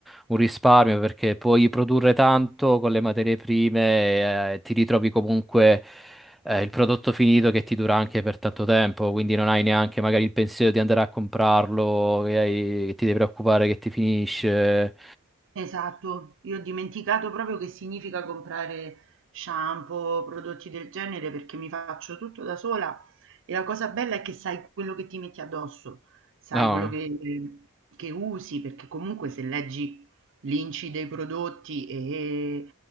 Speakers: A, in the centre; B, on the right.
A: un risparmio perché puoi produrre tanto con le materie prime, e ti ritrovi comunque eh, il prodotto finito che ti dura anche per tanto tempo, quindi non hai neanche magari il pensiero di andare a comprarlo, e hai- che ti devi preoccupare che ti finisce.
B: Esatto, io ho dimenticato proprio che significa comprare shampoo, prodotti del genere perché mi faccio tutto da sola e la cosa bella è che sai quello che ti metti addosso, sai
A: No.
B: quello che, che usi perché comunque se leggi l'inci dei prodotti e